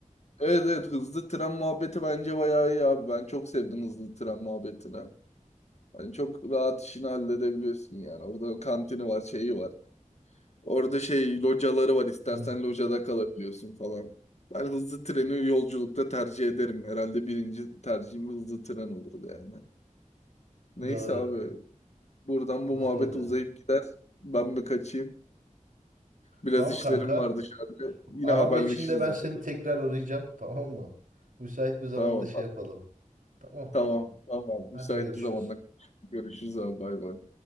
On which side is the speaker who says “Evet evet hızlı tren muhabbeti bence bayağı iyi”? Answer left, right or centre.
Left